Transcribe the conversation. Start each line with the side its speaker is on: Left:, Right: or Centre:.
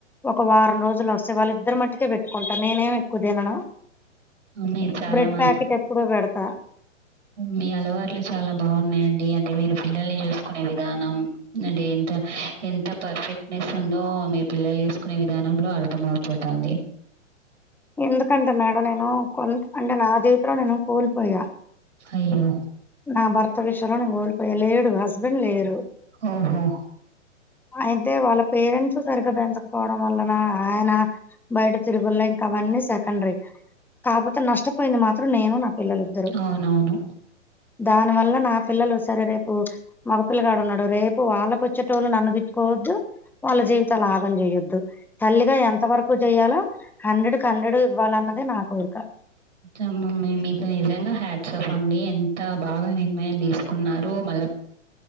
Centre: ఒక వారం రోజులు వస్తే వాళ్ళిద్దరి మట్టుకే పెట్టుకుంటా, నేనేం ఎక్కు తినను
Right: మీరు చాలా
Centre: బ్రెడ్
Right: మ
Centre: ప్యాకెట్ ఎప్పుడు పెడతా
Right: మీ అలవాట్లు చాలా బాగున్నయండి, అంటే మీరు పిల్లల్ని చూస్కునే విధానం నంటే ఎంత ఎంత పర్ఫెక్ట్ నెస్ ఉందో మీ పిల్లల్ చేస్కునే విధానంలో అర్థం అవుపోతాంది.
Centre: ఎందుకంటే మేడం నేను కొంత్ అంటే నా జీవితంలో నేను కోల్ పోయా.
Right: అయ్యో!
Centre: నా భర్త విషయంలో నేన్ కోల్పోయా లేడు హస్బెండ్ లేరు.
Right: ఓహో!
Centre: అయితే వాళ్ళ పేరెంట్స్ సరిగ్గా పెంచకపోవడం వల్లనా ఆయన బైట తిరుగుల్ల అవన్నీ సెకండ్రీ కాపోతే నష్టపోయింది మాత్రం నేను నా పిల్లలిద్దరు
Right: అవునవును.
Centre: దాని వల్ల నా పిల్లలు సరే రేపు మగ పిల్లగాడున్నడు రేపు వాళ్ళకొచ్చేటోళ్ళు నన్ను తిట్టుకో వద్దు వాళ్ళ జీవితాల్ ఆగం చేయొద్దు. తల్లిగా ఎంత వరకు చేయాలో హండ్రెడ్క్ హండ్రెడ్ ఇవ్వాలన్నదే నా కోరిక.
Right: <unintelligible> మీకు నిజంగా హ్యాట్సప్ అండి ఎంత బాగా నిర్ణయం తీస్కున్నారు మ